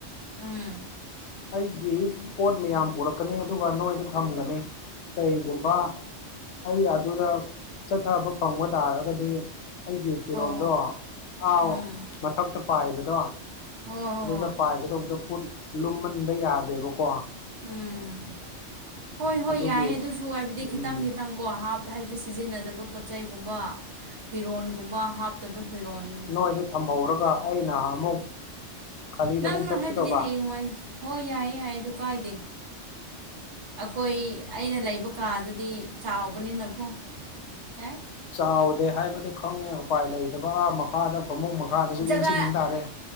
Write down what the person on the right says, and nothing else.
ꯎꯝ
ꯑꯣ
ꯎꯝ
ꯍꯣꯏ ꯍꯣꯏ ꯍꯣꯏ
ꯎꯝ ꯍꯣꯏ ꯍꯣꯏ
ꯌꯥꯏꯌꯦ ꯑꯗꯨꯁꯨ ꯍꯥꯏꯕꯗꯤ
ꯈꯤꯇꯪ- ꯈꯤꯇꯪ ꯀꯣꯞ ꯍꯥꯞ ꯍꯥꯏꯕꯗꯤ ꯁꯤꯖꯤꯟꯅꯗꯕ ꯄꯣꯠꯆꯩꯒꯨꯝꯕ ꯐꯤꯔꯣꯟꯒꯨꯝꯕ ꯍꯥꯞꯇꯕ ꯐꯤꯔꯣꯟ
ꯅꯪꯅꯣ
ꯍꯥꯏꯕꯗꯤ ꯍꯌꯦꯡ ꯋꯥꯏ ꯍꯣꯏ ꯌꯥꯏꯌꯦ- ꯌꯥꯏꯌꯦ ꯑꯗꯨ ꯀꯥꯏꯗꯦ ꯑꯩꯈꯣꯏ ꯑꯩꯅ ꯂꯩꯕ ꯀꯥꯗꯨꯗꯤ ꯆꯥꯎꯕꯅꯤꯅꯀꯣ ꯌꯥꯏ
ꯖꯒꯥ